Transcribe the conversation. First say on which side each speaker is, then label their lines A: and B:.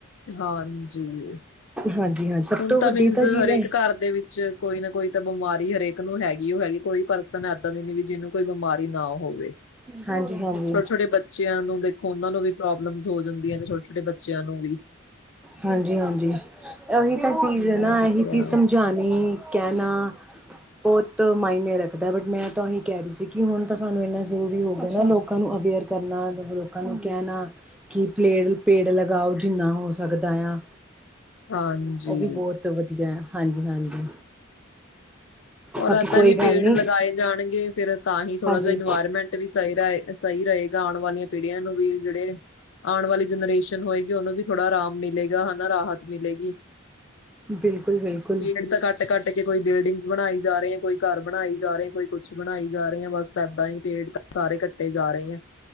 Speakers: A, on the left; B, in the centre.
A: ਹਾਂਜੀ
B: ਹਾਂਜੀ ਹਾਂ ਸਭ
A: ਹੁਣ
B: ਤੋਂ
A: ਤਾਂ
B: ਵੱਡੀ
A: ਮੀਨਜ਼
B: ਚੀਜ਼
A: ਹਰੇਕ
B: ਹੈ
A: ਘਰ ਦੇ ਵਿੱਚ ਕੋਈ ਨਾ ਕੋਈ ਤਾਂ ਬਿਮਾਰੀ ਹਰੇਕ ਨੂੰ ਹੈਗੀ ਉਹ ਹੈਗੀ ਕੋਈ ਪਰਸਨ ਇਦਾਂ ਦੀ ਨ ਵੀ ਜਿਹਨੂੰ ਕੋਈ ਬਿਮਾਰੀ ਨਾ ਹੋਵੇ
B: ਹਾਂਜੀ ਹਾਂਜੀ
A: ਛੋਟੇ ਛੋਟੇ ਬੱਚਿਆਂ ਨੂੰ ਦੇ ਉਹਨਾਂ ਨੂੰ ਵੀ ਪ੍ਰੋਬਲਮਸ ਹੋ ਜਾਂਦੀਆਂ ਨੇ ਛੋਟੇ ਛੋਟੇ ਬੱਚਿਆਂ ਨੂੰ ਵੀ
B: ਹਾਂਜੀ ਹਾਂਜੀ ਇਹੀ ਤਾਂ ਚੀਜ਼
A: ਹੋਰ
B: ਹੈ ਨਾ ਇਹੀ
A: ਕਿਆ
B: ਚੀਜ਼ ਸਮਝਾਉਣੀ ਕਹਿਣਾ ਬਹੁਤ ਮਾਇਨੇ ਰੱਖਦਾ ਬਟ ਮੈਂ ਤਾਂ ਇਹੀ ਕਹਿ ਰਹੀ ਸੀ ਕਿ ਹੁਣ ਤਾਂ ਸਾਨੂੰ ਇੰਨਾ ਜ਼ਰੂਰੀ ਹੋ ਗਿਆ ਨਾ ਲੋਕਾਂ ਨੂੰ ਅਵੇਅਰ ਕਰਨਾ ਲੋਕਾਂ ਨੂੰ ਕਹਿਣਾ ਕਿ ਪਲੇੜ ਪੇੜ ਲਗਾਓ ਜਿੰਨਾ ਹੋ ਸਕਦਾ ਆ
A: ਹਾਂਜੀ
B: ਉਹ ਵੀ ਬਹੁਤ ਵਧੀਆ ਆ ਹਾਂਜੀ ਹਾਂਜੀ
A: ਔਰ
B: ਬਾਕੀ
A: ਏਦਾਂ
B: ਕੋਈ
A: ਵੀ
B: ਗੱਲ
A: ਪੇੜ
B: ਨਹੀਂ
A: ਲਗਾਏ ਜਾਣਗੇ ਫੇਿਰ ਤਾਂ ਹੀ ਥੋੜਾ
B: ਹਾਂਜੀ
A: ਜਹਾ ਇਨਵਾਇਰਮੈਂਟ ਵੀ ਸਹੀ ਰ ਹੈ ਸਹੀ ਰਹੇਗਾ ਆਉਣ ਵਾਲੀਆਂ ਪੀੜ੍ਹੀਆਂ ਨੂੰ ਵੀ ਜਿਹੜੇ ਆਉਣ ਵਾਲੀ ਜਨਰੇਸ਼ਨ ਹੋਏਗੀ ਉਹਨੂੰ ਵੀ ਥੋੜ੍ਹਾ ਆਰਾਮ ਮਿਲੇਗਾ ਹਨਾ ਰਾਹਤ ਮਿਲੇਗੀ
B: ਬਿਲਕੁਲ ਬਿਲਕੁਲ
A: ਪੀੜ ਤਾਂ ਕੱਟ ਕੱਟ ਕੇ ਕੋਈ ਬਿਲਡਿੰਗ ਬਣਾਈ ਜਾ ਰਹੇ ਆ ਕੋਈ ਘਰ ਬਣਾਈ ਜਾ ਰਹੇ ਕੋਈ ਕੁੱਛ ਬਣਾਈ ਜਾ ਰਹੀ ਹੈ ਬਸ ਇਏਦਾਂ ਹੀ ਪੇਟ ਸਾਰੇ ਕੱਟੇ ਜਾ ਰਹੇ ਹੈ